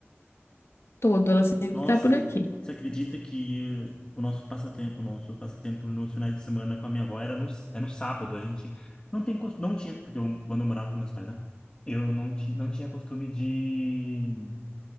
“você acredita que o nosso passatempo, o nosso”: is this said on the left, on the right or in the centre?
Left